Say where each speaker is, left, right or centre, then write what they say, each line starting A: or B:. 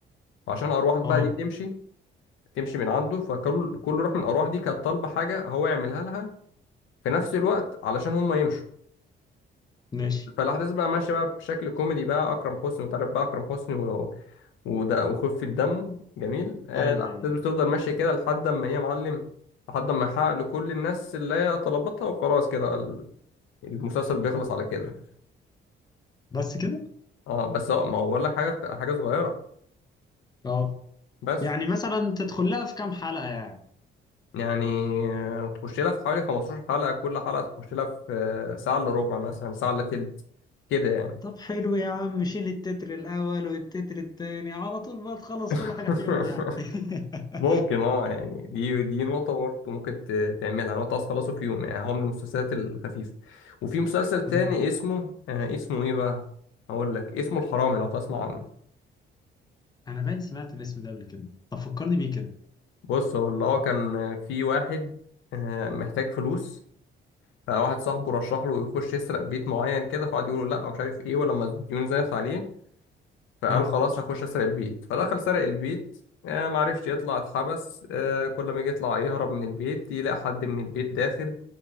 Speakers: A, on the left; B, on the left.
A: فعشان الارواح بقى
B: اه
A: دي تمشي تمشي من عنده فكل كل روح من الارواح دي كانت طالبه حاجه هو يعملها لها في نفس الوقت علشان هم يمشوا
B: ماشي
A: فالاحداث بقى ماشيه بقى بشكل كوميدي بقى اكرم حسني وتعرف بقى اكرم حسني وده وخفة دمه جميل آه،
B: ايوه
A: مم. الأحداث
B: ايوه
A: بتفضل ماشية كده لحد ما هي معلم لحد ما يحقق لكل الناس اللي هي طلبتها وخلاص كده ال- المسلسل بيخلص على كده
B: بس كده
A: اه بس هو ما هو بقول لك حاجة حاجة صغيرة
B: اه
A: بس
B: يعني مثلا تدخل لها في كام حلقة يعني
A: يعني آه، تخش لها في حوالي 15 حلقة كل حلقة تخش لها في آه، ساعة إلا ربع مثلا ساعة إلا تلت كده يعني
B: طب حلو يا عم شيل التتر الاول والتتر التاني على طول بقى تخلص
A: <laughs>
B: كل حاجة في يوم يعني <laughs>
A: ممكن اه يعني دي دي نقطة برضه ممكن ت- تعملها نقطة تخلصه في يوم يعني هو من المسلسلات الخفيفة وفي مسلسل تاني
B: أمم.
A: اسمه آه اسمه ايه بقى؟ هقول لك اسمه الحرامي لو تسمع عنه
B: انا باين سمعت الاسم ده قبل كده طب فكرني بيه كده
A: بص هو اللي هو كان آه، في واحد آه محتاج فلوس فواحد صاحبه رشح له يخش يسرق بيت معين كده فقعد يقول له لا ومش عارف ايه ولما الديون زادت عليه فقال
B: امم
A: خلاص هخش اسرق البيت فدخل سرق البيت آه معرفش يطلع اتحبس آه كل ما يجي يطلع يهرب من البيت يلاقي حد من البيت داخل